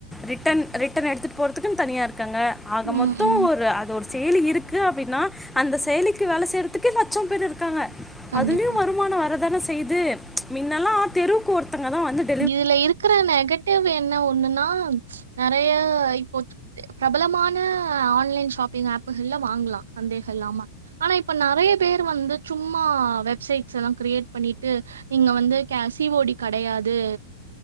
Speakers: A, in the centre; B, on the right.
A: ரிட்டன் ரிட்டன எடுத்துட்டு போறதுக்கு தனியா இருக்காங்க ஆக
B: ம்,
A: மொத்தோ
B: ம்.
A: ஒரு அது ஒரு செய்லி இருக்கு அப்டினா அந்த செய்லிக்கு வேல செய் ரத்துக்கே லட்ச பேர் இருக்காங்க
B: கண்டிப்பா.
A: அதுலயு வருமானோ வரதான செய்து மின்னலா தெருக்கு ஒருத்தங்க தா வந்துட்
B: இதுல இருக்குற நெகட்டிவ் என்ன ஒண்ணுன்னா நெறைய இப்போ ப்ரபலமான ஆன்லைன் ஷாப்பிங் ஆப்புகள்ல வாங்கலா சந்தேக இல்லாம ஆனா இப்ப நெறைய பேர் வந்து சும்மா வெப்சைட்ஸ்லா கிரியேட் பண்ணிட்டு நீங்க வந்து க சி ஓ டி கெடையாது